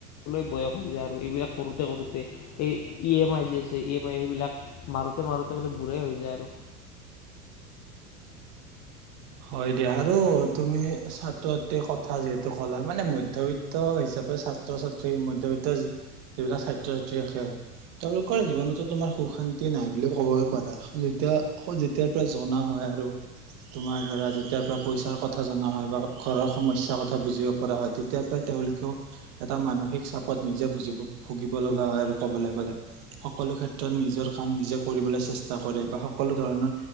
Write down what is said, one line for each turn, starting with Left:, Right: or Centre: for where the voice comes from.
Left: বয়স হৈ যায় আৰু এইবিলাক কৰোতে- -কৰোতে এই, ই -এম -আই যি আছে ই- এম -আই সেইবিলাক মাৰোতে -মাৰোতে মানে বুঢ়াই হৈ যায় আৰু,
Right: হয় দিয়া আৰু তুমি ছাত্ৰ- ছাত্ৰীৰ কথা যিহেতু ক'লা মানে মধ্যবিত্ত হিচাপে ছাত্ৰ - ছাত্ৰী, মধ্যবিত্ত যিবিলাক ছাত্ৰ- ছাত্ৰী থাকে তেওঁলোকৰ জীৱনতো তোমাৰ সুখ- শান্তি নাই বুলি ক'বই পাৰা, যেতিয়া- যেতিয়াৰ পৰা জনা হয় আৰু তোমাৰ, ধৰা যেতিয়াৰ পৰা পইচাৰ কথা জনা হয় বা ঘৰৰ সমস্যাৰ কথা বুজিব পৰা হয় তেতিয়াৰ পৰাই তেওঁলোকেও এটা মানসিক চাপত নিজে বুজিব ভুগিব লগা হয় আৰু ক'বলৈ গ'লে। সকলো ক্ষেত্ৰত নিজৰ কাম নিজে কৰিবলৈ চেষ্টা কৰে বা সকলো ধৰণৰ